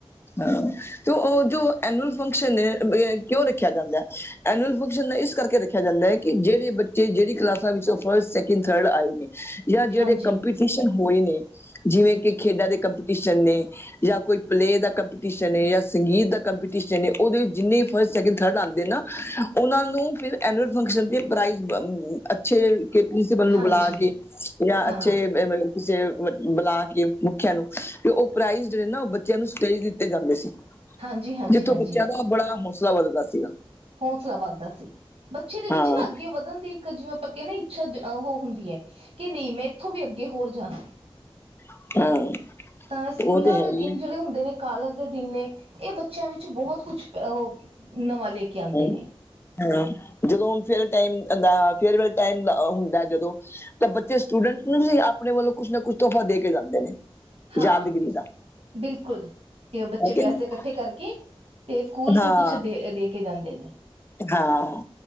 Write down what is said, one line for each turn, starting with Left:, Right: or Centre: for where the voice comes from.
Left: ਹਾਂ। ਤੇ ਓ ਜੋ ਐਨੂਅਲ ਫੰਕਸ਼ਨ ਹੈ ਕਿਉਂ ਰੱਖਿਆ ਜਾਂਦਾ ਐਨੂਅਲ ਫੰਕਸ਼ਨ ਇਸ ਕਰਕੇ ਰੱਖਿਆ ਜਾਂਦਾ ਹੈ ਕਿ ਜੇੜੇ ਬੱਚੇ ਜੇੜੀ ਕਲਾਸਾਂ ਵਿੱਚੋ ਫਸਟ, ਸੈਕਿੰਡ, ਥਰਡ ਆਏ ਨੇ ਯਾ ਜਿਹੜੇ
Right: ਹਾਂਜੀ
Left: ਕੰਪਿਟੀਸ਼ ਕਨ ਹੋਏ ਨੇ ਜਿਵੇਂ ਕਿ ਖੇਡਾਂ ਦੇ ਕੰਪੀਟੀਸ਼ਨ ਨੇ ਯਾ ਕੋਈ ਪਲੇ ਦਾ ਕੰਪਿਟੀਸ਼ਨ ਏ ਯਾ ਸੰਗੀਤ ਦਾ ਕੰਪੀਟੀਸ਼ਨ ਏ, ਉਦੇ ਜਿੰਨੇ ਵੀ ਫਸਟ, ਸੈਕਿੰਡ, ਥਰਡ ਆਂਦੇ ਨਾ ਉਹਨਾਂ ਨੂੰ ਫਿਰ ਐਨੂਅਲ ਫੰਕਸ਼ਨ ਤੇ ਪ੍ਰਾਈਜ਼ ਬ ਅੱਛੇ ਕੇ ਪ੍ਰਿੰਸੀਪਲ ਨੂੰ
Right: ਹਾਂਜੀ
Left: ਬੁਲਾ ਕੇ ਜਾ
Right: ਹਾਂ
Left: ਅੱਛੇ ਅ ਕਿਸੇ ਬ ਬੁਲਾ ਕੇ ਮੁਖਿਆ ਨੂੰ ਤੇ ਉਹ ਪ੍ਰਾਈਜ਼ ਜੇੜੇ ਨਾ ਉਹ ਬੱਚਿਆਂ ਨੂੰ ਸ ਤੇਈ ਦਿੱਤੇ ਜਾਂਦੇ ਸੀ
Right: ਹਾਂਜੀ ਹਾਂਜੀ
Left: ਜਿੱਥੋਂ
Right: ਹਾਂਜੀ
Left: ਬੱਚਿਆਂ ਦਾ ਬੜਾ ਹੌਸਲਾ ਵਧਦਾ ਸੀਗਾ।
Right: ਹੌਸਲਾ ਵੱਧਦਾ ਸੀ ਬੱਚੇ ਦੇ ਵਿੱਚ
Left: ਹਾਂ
Right: ਨਾ ਅੱਗੇ ਵਧਨ ਦੀ ਕ ਜਿਵੇਂ ਆਪਾਂ ਕਈਏ ਨਾ ਆ ਇੱਛਾ ਅ ਹੁੰਦੀ ਹੈ ਕਿ ਨਈ ਮੈਂ ਇੱਥੋਂ ਵੀ ਅੱਗੇ ਹੋਰ ਜਾਨਾ।
Left: <unintelligible>
Right: ਤਾਂ ਸਕੂਲਾਂ
Left: ਉਹ ਤੇ ਹੈ
Right: ਦੇ
Left: ਹੀ
Right: ਦਿਨ
Left: ਹੈ
Right: ਜੇੜੇ ਹੁੰਦੇ ਨੇ ਕਾਲਜ ਦੇ ਦਿਨ ਨੇ ਏ ਬੱਚਿਆਂ ਵਿੱਚ ਬੋਹਤ ਕੁਛ ਅ ਨਵਾਂ ਲੈ ਕੇ ਆਦੇ
Left: ਹਾਂ,
Right: ਨੇ।
Left: ਹਾਂ ਜਦੋਂ ਹੁ ਫੇਅਰ ਟਾਇਮ ਦੇ ਫੇਅਰਵੈਲ ਟਾਈਮ ਦਾ ਹੁੰਦੈ ਜਦੋਂ ਤਾਂ ਬੱਚੇ ਸਟੂਡੈਂਟ ਨੂੰ ਵੀ ਆਪਣੇ ਵੱਲੋਂ ਕੁਛ ਨਾ ਕੁਛ ਤੋਹਫ਼ਾ ਦੇ ਕੇ ਜਾਂਦੇ ਨੇ।
Right: ਹਾਂ
Left: ਯਾਦਗਿਰੀ ਦਾ
Right: ਬਿਲਕੁਲ ਤੇ ਔ
Left: ਠੀਕ
Right: ਬੱਚੇ
Left: ਹੈ
Right: ਪੈਸੇ
Left: ਨਾ?
Right: ਕੱਠੇ ਕਰਕੇ ਤੇ ਸਕੂਲ
Left: ਹਾਂ
Right: ਨੂੰ ਕੁਛ ਦੇ ਦੇਕੇ ਜਾਂਦੇ ਨੇ।
Left: ਹਾਂ